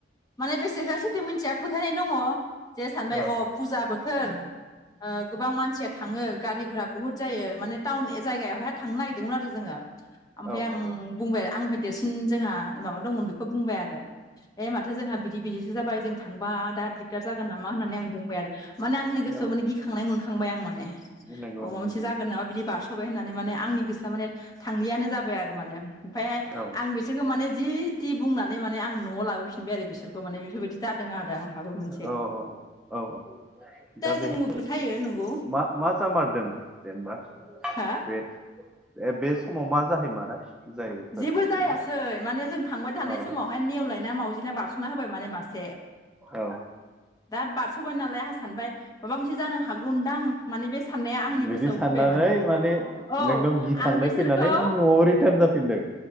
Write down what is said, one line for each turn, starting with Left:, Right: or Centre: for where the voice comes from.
Left: माने बेसेजासो <unintelligible> मोनथिया फोथायनाय दङ जे सानबाय
Centre: औ
Left: अ फुजा बोथोर ओ गोबां मानसिया थाङो गारि घरा बुहुत जायो माने टाउन जायगायावहाय थांनो नागिरदोंमोन आरो जोङो ओमफ्राय
Centre: औ
Left: आं
Centre: नंगौ
Left: बुंबाय आंनिफ्राय देरसिन जोंहा माबा दंमोन बेखौ बुंबाय आरो ए माथो जोंहा बिदि बिदिसो जाबाय जों थांबा दा दिगदार जागोन नामा होननानै आं बुंबाय आरो माने आंनि गोसोआव
Centre: औ
Left: माने गिखांनाय मोनखांबाय आं माने
Centre: नंगौ
Left: अ माबा
Centre: नंगौ
Left: मोनसे
Centre: नंगौ
Left: जागोन नामा बिदि बारस' थाबाय होननानै माने आंनि गोसोआ माने थांलियानो जाबाय आरो माने ओमफ्राय
Centre: औ
Left: आं बे बिसोरखौ माने जि जि बुंनानै माने आं न'आव लाबोफिनबाय आरो बिसोरखौ माने बेफोरबायदि जादों आरो आंहाबो मोन
Centre: औ औ औ औ दा बेहाय
Left: जोंबो फोथायो नंगौ
Centre: मा मा जामारदों जेनेबा
Left: हा
Centre: बे बे समाव मा जाहैमारा जायफोर
Left: जेबो
Centre: थांदोंमोन
Left: जायासै माने जों थांबाय थानाय
Centre: औ
Left: समावहाय नेवलायना मावजिना बारस' खाना होबाय माने मासे
Centre: औ
Left: दा बारस'बाय नालाय आंहा सानबाय माबा मोनसे जानो हागौदां माने बे साननाया आंनि
Centre: बिदि
Left: गोसोआव
Centre: साननानै
Left: फैबाय
Centre: माने
Left: औ
Centre: नोंनाव गिखांनाय
Left: आं बिसोरखौ
Centre: फैनानै नों न'आव रिटार्न जाफै इ <unintelligible>